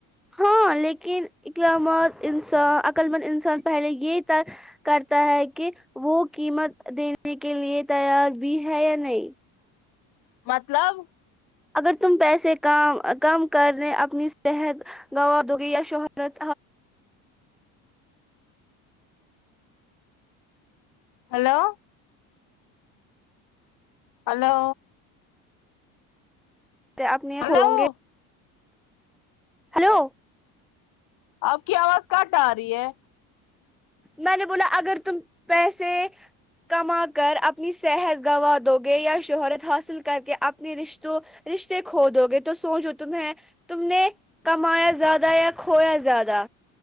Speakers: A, in the centre; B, on the left (about 65°).
A: ہاں لیکن اقلااما ند انسا عقلمند انسان پہلے یہ طے کرتا ہے کہ وہ قیمت دینے کے لیے تیار بھی ہے یا نہیں
B: مطلب
A: اگر تم پیسے کا م کم کرے اپنی صحت گوا دو گی یا شہرت
B: ہیلو ہلو
A: کہ اپ نہیں
B: ہلو
A: کھولوں گی ہلو
B: آپ کی آواز کٹ آ رہی ہے
A: میں نے بولا اگر تم پیسے کما کر اپنی صحت گوا دو گے یا شہرت حاصل کر کے اپنی رشتوں رشتے کھو دو گے تو سوچو تمہیں تم نے کمایا زیادہ یا کھویا زیادہ